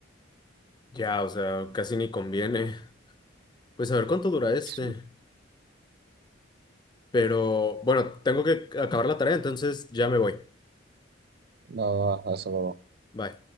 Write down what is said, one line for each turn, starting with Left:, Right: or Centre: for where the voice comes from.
Left: Ya, o sea, casi ni conviene. Pues a ver cuánto dura este.
Right: Sí,
Left: Pero bueno, tengo que acabar la tarea, entonces ya me voy.
Right: No, hasta luego.
Left: Bye.